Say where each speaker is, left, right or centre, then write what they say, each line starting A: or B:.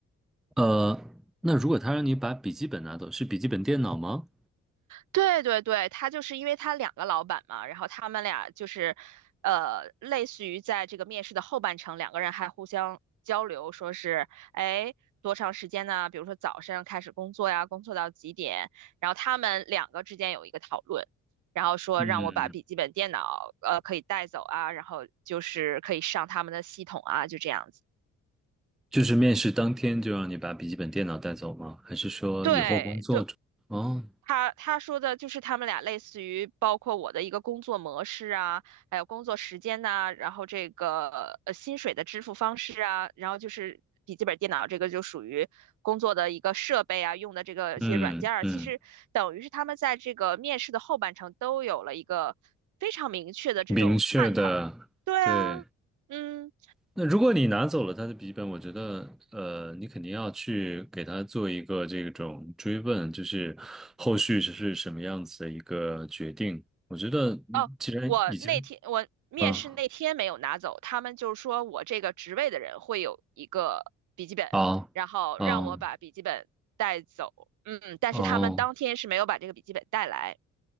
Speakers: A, in the centre; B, on the right.
A: 呃，那如果他让你把笔记本拿走，是笔记本电脑吗？
B: 对对对，他就是因为他两个老板嘛，然后他们俩就是，呃，类似于在这个面试的后半程，两个人还互相交流，说是，哎，多长时间呢？比如说早上开始工作呀，工作到几点？然后他们两个之间有一个讨论，然后说让我把笔记本电脑，
A: 嗯。
B: 呃，可以带走啊，然后就是可以上他们的系统啊，就这样子。
A: 就是面试当天就让你把笔记本电脑带走吗？还是说以后工作中？
B: 对对，
A: 哦，
B: 他他说的就是他们俩类似于包括我的一个工作模式啊，还有工作时间呐、然后这个呃薪水的支付方式啊，然后就是笔记本电脑这个就属于工作的一个设备啊，用的这个一些软件儿，
A: 嗯嗯，
B: 其实等于是他们在这个面试的后半程都有了一个非常明确的这种探讨。
A: 明确的，
B: 对啊，
A: 对。
B: 嗯。
A: 那如果你拿走了他的笔记本，我觉得，呃，你肯定要去给他做一个这种追问，就是后续是什么样子的一个决定。我觉得，嗯既然已经，
B: 哦，我那天我面试那天没有拿走，
A: 嗯，
B: 他们就是说我这个职位的人会有一个笔记本，
A: 好，
B: 然后让我把笔记本带走。
A: 嗯，
B: 嗯，但是他们当天是没有把这个笔记本带来。
A: 哦。